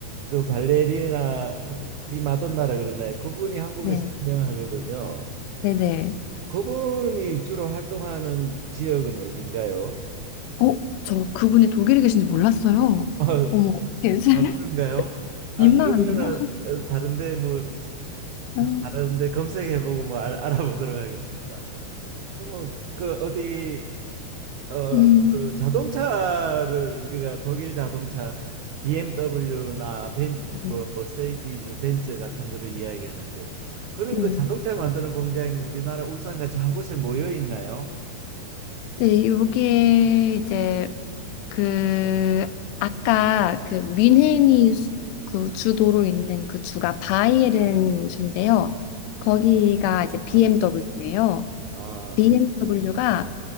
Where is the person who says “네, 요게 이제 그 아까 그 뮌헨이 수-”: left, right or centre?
Left